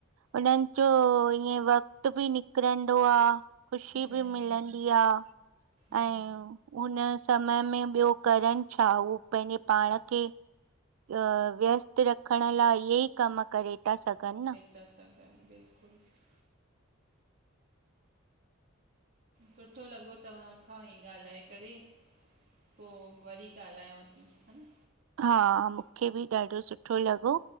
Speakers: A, on the right; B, on the right.
A: हुननि जो ईअ वक्तु बि निकिरंदो आ। खुशी
B: हम्म
A: बि मिलंदी आ
B: हा
A: ऐं। हुन समय में ॿियो करण छा हू पंहिंजे पाण खे। अ व्यस्त रखण लाइ इहे ई कम करे था, सघनि न।
B: त सघनि बिल्कुलु। <unintelligible> सुठो लॻो तव्हां खां ईअं ॻाल्हाए करे। पोइ वरी ॻाल्हायांव थी ह न।
A: हा मूंखे बि ॾाढो सुठो लॻो